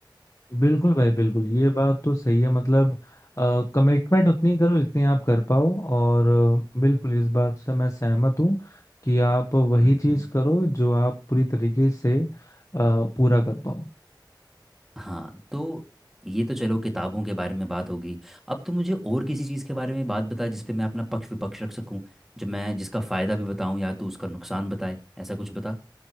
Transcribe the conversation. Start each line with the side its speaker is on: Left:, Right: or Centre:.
Left: बिल्कुल भाई बिल्कुल ये बात तो सही है मतलब कमिटमेंट उतनी करो जितनी आप कर पाओ और अ, बिल्कुल इस बात से मैं सहमत हूँ कि आप वही
Centre: हम्म
Left: चीज करो जो आप पूरी तरीके से अ, पूरा कर पाओ
Centre: हाँ तो ये तो चलो किताबों के बारे में बात होगी अब तो मुझे और किसी चीज़ के बारे में बात बता जिस पे मैं अपना पक्ष विपक्ष रख सकूं जो मैं जिसका फ़ायदा भी बताऊं या तो उसका नुकसान बताए ऐसा कुछ बता